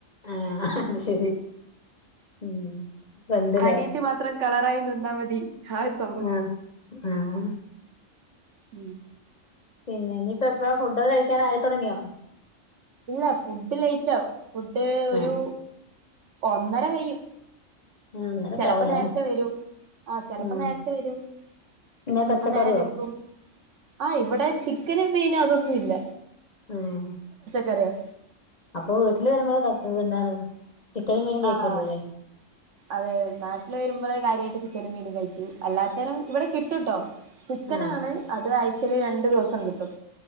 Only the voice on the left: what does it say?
ആഹ അത് ശരി ഉം ഫ്രണ്ട്ല്ലേ
ആഹ് ആഹ്
പിന്നെ ഇനിയിപ്പോ എപ്പാ ഫുഡ് കഴിക്കൻ ആയി തുടങ്ങിയോ
ഏഹ്
ഒന്നരൊക്കെ
ആവൂലേ
ഉം
പിന്നെ
പച്ചക്കറിയോ
ആഹ
അപ്പൊ വീട്ടില് വരുമ്പോഴ പ എന്താണ് ചിക്കനും മീനും കഴിക്കുള്ളൂല്ലേ
ആഹ്